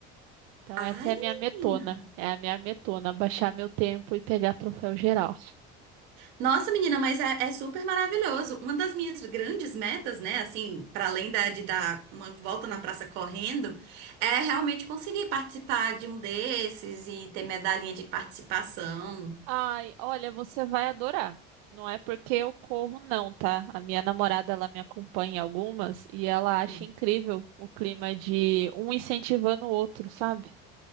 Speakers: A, on the right; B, on the right.
A: Então
B: Ai,
A: essa é a minha
B: menina.
A: metona, é a minha metona, baixar meu tempo e pegar troféu geral.
B: Nossa, menina, mas é, é super maravilhoso. Uma das minhas grandes metas, né, assim, para além da, de dar uma volta na praça correndo, é realmente conseguir participar de um desses e ter medalhinha de participação.
A: Ai, olha, você vai adorar. Não é porque eu corro, não, tá? A minha namorada, ela me acompanha em algumas e ela acha
B: Hum.
A: incrível o clima de um incentivando o outro, sabe?